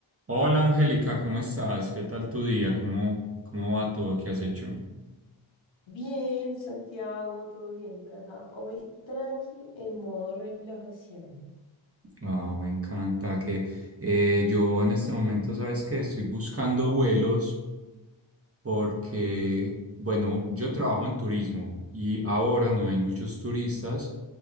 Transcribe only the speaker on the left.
Bien, Santiago, todo bien por acá. Hoy tranqui en modo relajación.